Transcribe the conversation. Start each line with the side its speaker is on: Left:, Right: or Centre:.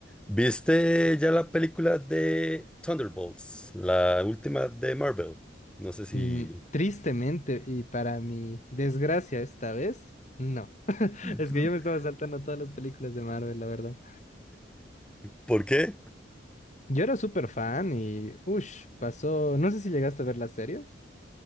Centre: ¿Viste ya la película de Thunderbolts, la última de Marvel? No sé si...
Left: Mm, tristemente, y para mi desgracia esta vez, no. <laughs>
Centre: <laughs>
Left: Es que yo me estaba saltando todas las películas de Marvel, la verdad.
Centre: ¿Por qué?
Left: Yo era súper fan y, uff, pasó. No sé si llegaste a ver las series.